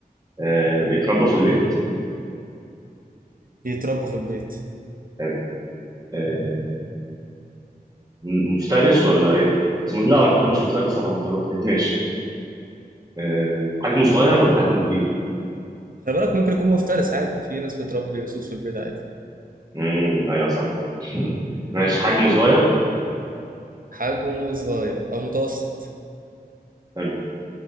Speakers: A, on the right; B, on the right.
A: آه، بيتربى في البيت
B: يتربوا في البيت
A: حلو آه، م- مفترس ولا ايه؟ اسمه- لا هو كده مش مفترس طبعا بيتربى في البيت ماشي آه، حجمه صغير ولا حجمه كبير؟
B: خلي بالك ممكن يكون مفترس عادي في ناس بتربي اسود في البيت عادي
A: امم ايوه صح <laughs> ماشي حجمه صغير
B: حجمه صغير او متوسط
A: حلو